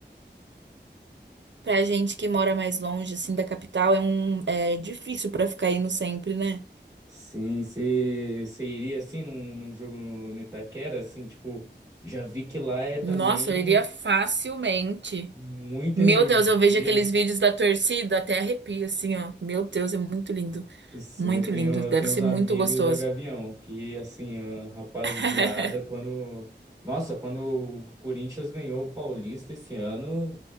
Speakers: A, on the right; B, on the right.
A: Pra gente que mora mais longe, assim, da capital, é um é difícil pra ficar indo sempre, né?
B: Sim, você iria assim num, num jogo no, no Itaquera, assim, tipo, já vi que lá é também
A: Nossa, eu iria facilmente.
B: muita
A: Meu
B: energia.
A: Deus, eu vejo aqueles vídeos da torcida, até arrepio, assim, ó. Meu Deus, é muito lindo.
B: Sim,
A: Muito
B: eu tenho,
A: lindo. Deve
B: eu tenho
A: ser
B: uns
A: muito
B: amigos
A: gostoso.
B: da Gavião, que assim, a rapaziada,
A: <laughs>
B: quando. Nossa, quando o Corinthians ganhou o Paulista esse ano,